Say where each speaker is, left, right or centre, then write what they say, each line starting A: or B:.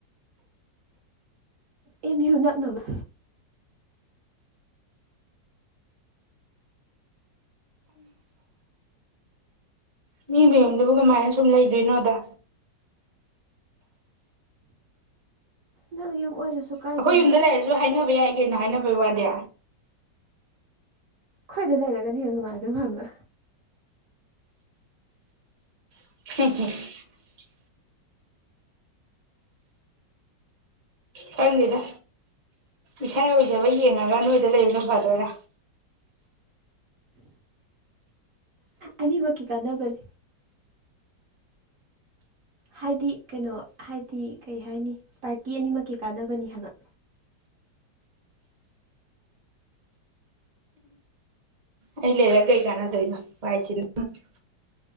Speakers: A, on the right; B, on the right.
A: ꯑꯦꯝ ꯌꯨ ꯅꯛꯅꯕ
B: ꯃꯤ ꯃꯌꯨꯝꯗꯨꯕꯨ ꯀꯃꯥꯏꯅ ꯁꯨꯝ ꯂꯩꯗꯣꯏꯅꯣꯗ
A: ꯅꯪ ꯌꯨꯝ ꯑꯣꯏꯔꯁꯨ ꯀꯥꯏꯗꯦꯗ
B: ꯑꯩꯈꯣꯏ ꯌꯨꯝꯗ ꯂꯩꯔꯁꯨ ꯍꯥꯏꯅꯕ ꯌꯥꯏ ꯑꯩꯅ ꯍꯥꯏꯅꯕꯒꯤ ꯋꯥꯗꯦ
A: ꯈꯣꯏꯗ ꯂꯩꯔꯒꯅ ꯌꯥꯝ ꯅꯨꯡꯉꯥꯏꯗꯧ ꯍꯕ
B: <unintelligible> ꯈꯪꯗꯦꯗ ꯏꯁꯥ ꯑꯣꯏꯖꯕ ꯌꯦꯡꯉꯒ ꯅꯣꯏꯗ ꯂꯩꯕꯅ ꯐꯗꯣꯏꯔꯥ
A: ꯑꯅꯤꯃꯛꯀꯤ ꯀꯥꯟꯅꯕꯅꯦ ꯍꯥꯏꯗꯤ ꯀꯩꯅꯣ ꯍꯥꯏꯗꯤ ꯀꯩ ꯍꯥꯏꯅꯤ ꯄꯥꯔꯇꯤ ꯑꯅꯤꯃꯛꯀꯤ ꯀꯥꯟꯅꯕꯅꯤ ꯍꯥꯏꯕ
B: ꯑꯩ ꯂꯩꯔ ꯀꯩ ꯀꯥꯟꯅꯗꯣꯏꯅꯣ ꯋꯥꯏ ꯆꯤꯅꯝꯅꯤ